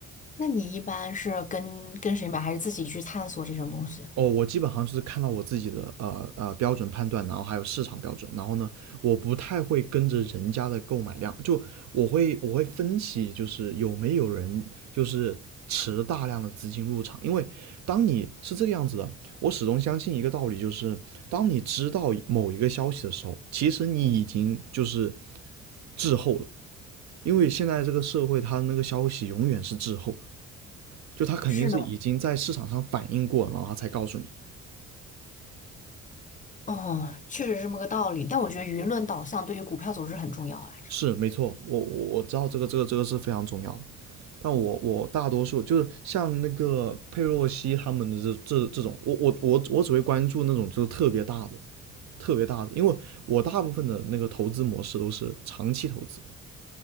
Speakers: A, on the left; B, on the right.
A: 那你一般是跟跟谁买，还是自己去探索这种东西？
B: 哦，我基本上就是看到我自己的呃呃标准判断，然后还有市场标准，然后呢，我不太会跟着人家的购买量，就我会我会分析，就是有没有人就是持大量的资金入场，因为当你是这个样子的，我始终相信一个道理，就是当你知道某一个消息的时候，其实你已经就是滞后了，因为现在这个社会它那个消息永远是滞后的，就它肯定是已经在市场上反应过了，
A: 是的，
B: 然后它才告诉你。
A: 哦，确实是这么个道理。但我觉得舆论导向对于股票走势很重要来着。
B: 是没错，我我我知道这个这个这个是非常重要的，但我我大多数就是像那个佩洛西他们的这这这种，我我我我只会关注那种就是特别大的特别大的，因为我大部分的那个投资模式都是长期投资，